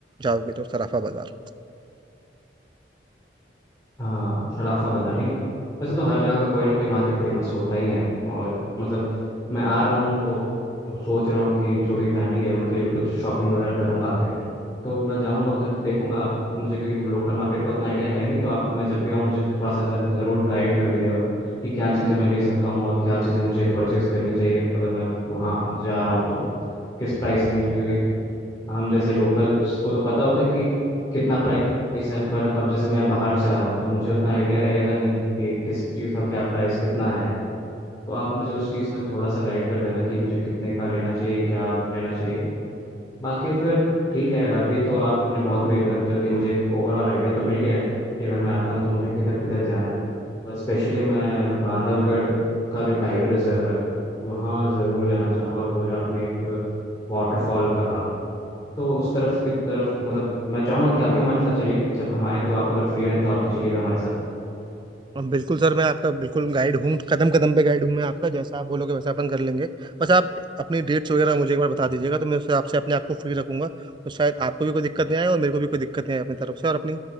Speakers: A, on the right; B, on the left.
A: जाओगे तो सराफा बाजार
B: हाँ शराफा बाज़ार नहीं वैसे तो हर जगह का कोई ना कोई मार्केट फेमस होता ही है और मतलब मैं आ रहा हूँ तो सोच रहा हूँ कि जो भी फैमिली है उनके लिए भी कुछ शॉपिंग वगैरह करूँगा आके तो मैं जाऊँगा उधर देखूँगा आप मुझे क्योंकि लोकल मार्केट का उतना आइडिया है नहीं तो आप मैं जब भी आऊँ मुझे थोड़ा सा ज़रूर गाइड कर दीजिएगा कि क्या चीज़ें मैं ले सकता हूँ और क्या चीज़ें मुझे परचेज़ करनी चाहिए अगर मैं वहाँ जा रहा हूँ तो किस प्राइस रेंज पे क्योंकि हम जैसे लोकल्स को तो पता होता है कि कितना प्राइस है पर अब जैसे मैं बाहर से आ रहा हूँ तो मुझे उतना आइडिया रहेगा नहीं कि किस चीज़ का क्या प्राइस कितना है तो आप मुझे उस चीज़ में थोड़ा सा गाइड कर देना कि मुझे कितने का लेना चाहिए क्या लेना चाहिए बाकी फिर ठीक है अभी तो आपने बहुत मेरी मदद कर दी मुझे एक ओवरऑल आइडिया तो मिल गया है कि अगर मैं आता हूँ तो मुझे किधर किधर जाना है और स्पेशली मैं बांधवगढ़ का जो टाइगर रिजर्व है वहाँ ज़रूर जाना चाहूँगा और वो जो आपने एक वाटरफॉल कहा तो उस तरफ की तरफ मतलब मैं चाहूंगा कि आप भी हमारे साथ चलिए जब हम आए तो आप अगर फ्री रहें तो आप भी चलिएगा हमारे साथ
A: अब बिल्कुल सर मैं आपका बिल्कुल गाइड हूँ कदम कदम पे गाइड हूँ मैं आपका जैसा आप बोलोगे वैसा अपन कर लेंगे बस आप अपनी डेट्स वगैरह मुझे एक बार बता दीजिएगा तो मैं उससे आपसे अपने आप को फ्री रखूंगा तो शायद आपको भी कोई दिक्कत नहीं आए और मेरे को भी कोई दिक्कत नहीं आए अपनी तरफ से और अपनी